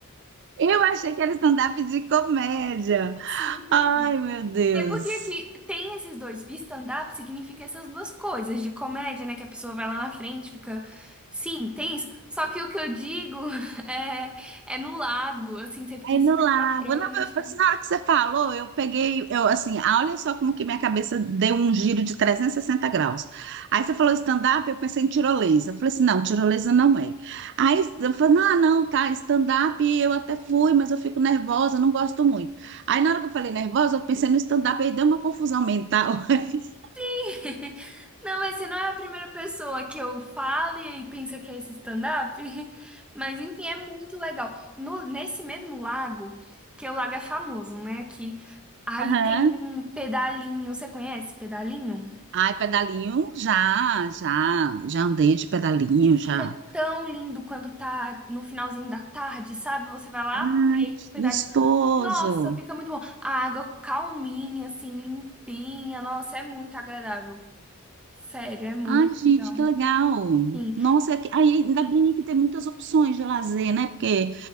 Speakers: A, on the right (about 55°); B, in the centre.
A: eu achei que era stand-up de comédia.
B: <laughs> Sim.
A: Ai, meu Deus.
B: É porque aqui tem esses dois. Stand-up significa essas duas coisas, de comédia, né? Que a pessoa vai lá na frente, fica. Sim, tem isso. Só que o que eu digo <laughs> é, é no lago, assim, você fica
A: Aí
B: em cima
A: no lago.
B: de uma prancha.
A: Não, eu, assim, na hora que você falou, eu peguei, eu assim, ah, olha só como que minha cabeça deu um giro de 360 graus. Aí você falou stand-up, eu pensei em tirolesa. Eu falei assim, não, tirolesa não é. Aí eu falei, não, não, tá, stand-up eu até fui, mas eu fico nervosa, não gosto muito. Aí na hora que eu falei nervosa, eu pensei no stand-up, aí deu uma confusão mental. <laughs>
B: <laughs> Não, mas você não é a primeira pessoa que eu falo e aí pensa que é esse stand-up. <laughs> Mas enfim, é muito legal. No- nesse mesmo lago, que é o lago é famoso, né? Aqui, aí
A: Aham.
B: tem um pedalinho. Você conhece pedalinho?
A: Ai, pedalinho, já, já, já andei de pedalinho,
B: E fica
A: já.
B: tão lindo quando tá no finalzinho da tarde, sabe? Você vai lá
A: Ai,
B: pro meio
A: que
B: de pedalinho.
A: gostoso.
B: Nossa, fica muito bom. A água calminha, assim, limpinha. Nossa, é muito agradável. Sério, é muito
A: Ai, gente,
B: legal.
A: que legal!
B: Sim.
A: Nossa, é que- aí ainda bem que tem muitas opções de lazer, né? Porque